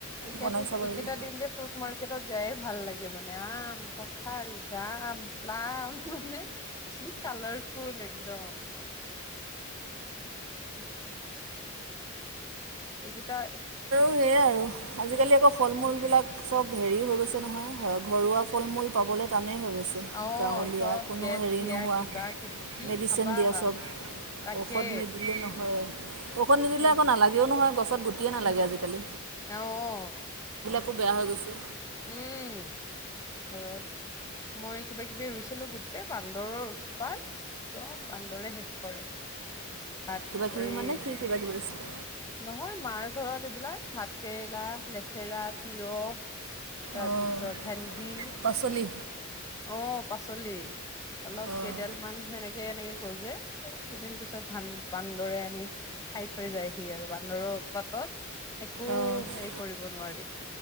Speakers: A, on the left (about 15°); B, on the right (about 85°).
A: একে
B: বনাই চাব
A: একেটা
B: লাগিব
A: দিন যে ফ্ৰুট মাৰ্কেটত যায়ে ভাল লাগে মানে নাম, কঠাল, জাম, প্লাম মানে কি কালাৰফুল একদম। হয়। এইকেইটা
B: সেয়া আৰু, আজিকালি আকৌ ফল মূলবিলাক চব হেৰি হৈ গৈছে নহয় হয় ঘৰুৱা ফল মূল পাবলৈ টানেই হৈ গৈছে,
A: অ
B: গাঁৱলীয়া
A: চব
B: কোনো
A: গেছ
B: হেৰি
A: দিয়া
B: নোহোৱা,
A: কিবা কিবি কি
B: মেডিচিন
A: খাবা
B: দিয়া চব,
A: তাকে
B: ঔষধ নিদিলে নহয় আৰু। ঔষধ নিদিলে
A: সেই
B: আকৌ নালাগেও নহয়। গছত গুটিয়ে নালাগে আজিকালি।
A: আহ।
B: খুব বেয়া হৈ গৈছে।
A: উম, ঘৰত মই কিবা কিবি ৰুইছিলো গোটেই বান্দৰৰ উৎপাত, চব বান্দৰে শেষ কৰে। হাত
B: কিবাকিবি
A: এই,
B: মানে কি কিবাকিবি দিছিলে
A: নহয় মাৰ ঘৰত এইবিলাক ভাত কেৰেলা, লেচেৰা, তিয়হ তাৰপিছত
B: অঁ
A: ভেন্দি,
B: পাচলি
A: অ পাচলি, অলপ
B: অঁ
A: কেইডাল মান সেনেকে এনেকে গজে, সেই দুদিন পিছত ভান বান্দৰে আনি খাই থৈ যায় সি আৰু বান্দৰৰ উৎপাত তত একো
B: অঁ
A: হেৰি কৰিব নোৱাৰি।